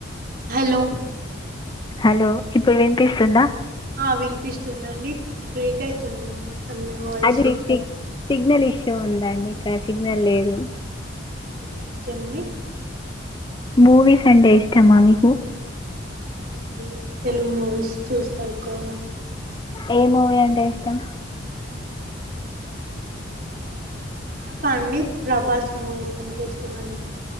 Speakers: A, on the right; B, on the left.
A: hello
B: hello ఇప్పుడు వినిపిస్తుందా
A: ఆ వినిపిస్తోంది అండి బ్రేక్ అయితుంది కొంచెం మి వాయిసు
B: అది సిగ్- సిగ్నల్ ఇష్యూ ఉంది అండి ఇక్కడ సిగ్నల్ లేదు
A: అవునా ఓకే అండి
B: మూవీస్ అంటే ఇష్టమా మీకు
A: అవునండి తెలుగు మూవీస్ చూస్తా ఎక్కువగా
B: ఏ మూవీ అంటే ఇష్టం
A: నాకా అండి ప్రభాస్ మూవీస్ అంటే ఇష్టం అండి